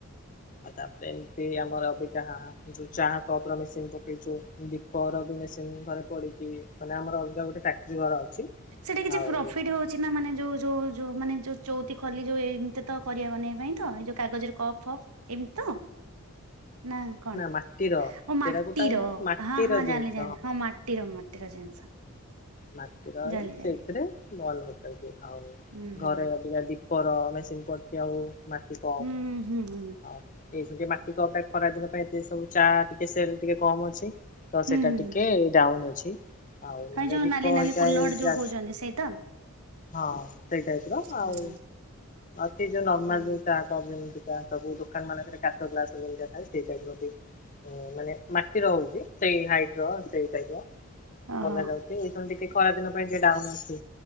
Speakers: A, on the left (about 35°); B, on the right (about 85°).
A: ଆଉ ତାପରେ ଏମତି ଆମର ଅବିକା ଏସବୁ ଚା କପର ମେସି ପକେଇଚୁ। ଦୀପର ବି ମେସିନ ଘରେ ପଡିଚି। ମାନେ ଆମର ଅଲଗା ଗୋଟେ କାଟ୍ରି ଘର ଅଛି।
B: ସେଟି କିଛି
A: ଆଉ
B: ପ୍ରଫିଟ ହୋଉ ଚି ନା ମାନେ ଯୋଉ-ଯୋଉ-ଯୋଉ ମାନେ ଯୋଉ ଚୋଉତି ଖଲି ଯୋଉ ଏମିତି ତ କରି <unintelligible> ଏ ପାଇଁ ତ ଏଇ ଯୋଉ କାଗଜରେ କପ୍ ଫପ୍। ଏମିତି ତ ନା କଣ
A: ମାଟିର
B: ଓ
A: ଟେରାକୋଟା
B: ମାଟିର
A: ମାନେ ମାଟିର
B: ହଁ-ହଁ
A: ଜିନିଷ
B: ଜାଣିଲି ଜାଣିଲି ହଁ ମାଟିର ମାଟିର ଜିନିଷ।
A: ମାଟିର
B: ଜାଣିଲି
A: ଏଇ
B: ଜାଣିଲି।
A: ସେଇଥିରେ ବଲ ବସାନ୍ତି। ଆଉ
B: ହୁଁ ହୁଁ
A: ଘରେ ଅବିକା ଦୀ ପର ମେସିନ୍ ପଡିଚି ଆଉ ମାଟି କପ୍
B: ହୁଁ ହୁଁ ହୁଁ ହୁଁ
A: ଆଉ ଏଇସଙ୍ଗେ ଟିକେ ମାଟି କପ୍ ଟା ଖରା ଦିନ ପାଇଁ ସେ ସବୁ ଚା ଟିକେ ସେଲ ଟିକେ କମ୍ ଅଛି। ତ
B: ହୁଁ
A: ସେଟା ଟିକେ
B: ହୁଁ।
A: ଡାଉନ ଅଛି ଆଉ। ନହେଲେ
B: ହଁ ଯୋଉ
A: ଦିପ
B: ନାଲି
A: ହେରିକା
B: ନାଲି କୁଲହଡ
A: ଏଇ
B: ଯୋଉ
A: ଯା
B: କହୁଛନ୍ତି ସେଇତ
A: ହଁ ସେଇ ଟାଇପ୍ ର ଆଉ
B: ହୁଁ
A: ସେ ଯୋଉ ନର୍ମାଲ
B: ହୁଁ
A: ଯୋଉ ଚା କପ୍ ଯେମତି କା ସବୁ ଦୋକାନ ମାନଙ୍କରେ କାଚ ଗ୍ଲାସ ଯେମିତି ଥାଏ ସେଇ ଟାଇପର ବି ହୁଁ ମାନେ ମାଟିର ହୋଉଚି ସେଇ ହାଇଟ ର ସେଇ ଟାଇପର
B: ଓହୋ
A: ବନା ଯାଉଚି। ଏଇ ସେମିତି କି ଖରାଦିନ ପାଇଁ ଟିକେ ଡାଉନ ଅଛି